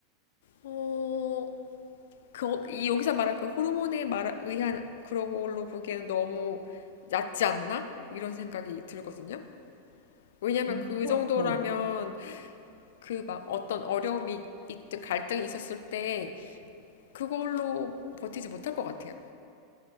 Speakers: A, on the left; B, on the right.
A: 어, 그, 이 여기서 말한 그 호르몬에 말 의한 그런 걸로 보기에는 너무 얕지 않나? 이런 생각이 들거든요. 왜냐면
B: 음.
A: 그
B: 뭐,
A: 정도라면
B: 네.
A: 그 막 어떤 어려움이 있든 갈등이 있었을 때 그걸로 버티지 못할 것 같아요.